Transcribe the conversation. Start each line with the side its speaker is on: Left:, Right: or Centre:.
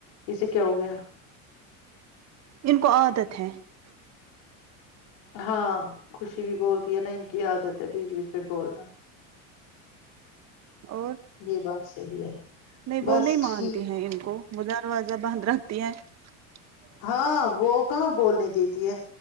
Left: اسے کیا ہو گیا <unintelligible>
Right: ان کو عادت ہے <unintelligible>
Left: ہاں خوشی بھی بولتی ہے نا ان کی عادت <unintelligible> بیچ بیچ میں بولنا
Right: اور
Left: یہ بات <unintelligible> صحیح ہے <unintelligible>
Right: نہیں
Left: بس
Right: وہ نہیں
Left: ٹھیک
Right: مانتی ہیں ان کو م <unintelligible> دروازہ بند رکھتی ہیں <unintelligible>
Left: ہاں وہ کہاں بول رہ تھے <unintelligible> دیتی ہے